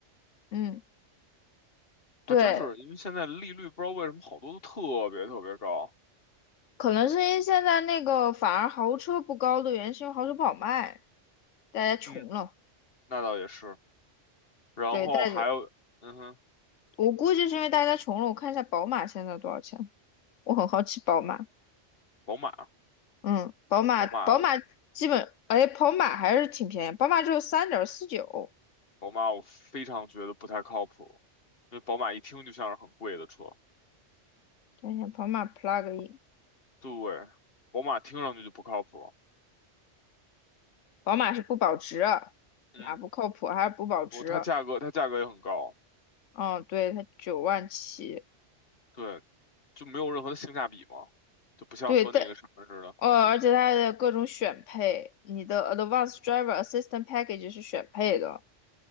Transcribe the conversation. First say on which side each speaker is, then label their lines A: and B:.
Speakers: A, on the left; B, on the left.
A: 嗯对，
B: 还真是，因为现在利率不知道为什么好多都特别特别高。
A: 可能是因为现在那个反而豪车不高的原因，是因为豪车不好卖，大家穷了。
B: 嗯，那倒也是。然后还有，
A: 对，大家，
B: 嗯哼，
A: 我估计是因为大家穷了。我看一下宝马现在多少钱，我很好奇宝马。
B: 宝马，
A: 嗯，宝马宝马基本，
B: 宝马，
A: 哎，宝马还是挺便宜，宝马只有三点四九。
B: 宝马，我非常觉得不太靠谱，因为宝马一听就像是很贵的车。
A: 等一下，宝马 plug in，
B: 对，宝马听上去就不靠谱。
A: 宝马是不保值啊，
B: 嗯，
A: 哪不靠谱？还是不保值啊？
B: 我它价格它价格也很高，
A: 嗯，对，它九万起，
B: 对，就没有任何的性价比嘛，就不像说那个什么似的，
A: 对，但呃，而且它的各种选配，你的 Advanced Driver Assistant Package 是选配的，